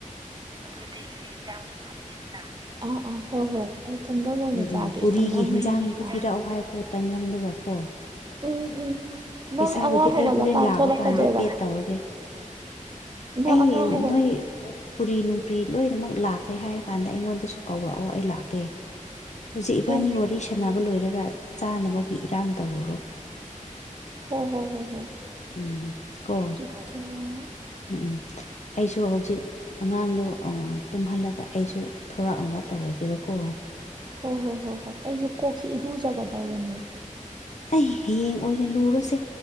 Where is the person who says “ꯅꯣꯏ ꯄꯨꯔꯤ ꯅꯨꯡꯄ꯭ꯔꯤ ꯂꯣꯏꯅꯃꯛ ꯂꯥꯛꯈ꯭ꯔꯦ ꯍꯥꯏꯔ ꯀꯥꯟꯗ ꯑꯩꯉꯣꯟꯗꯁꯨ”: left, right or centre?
Left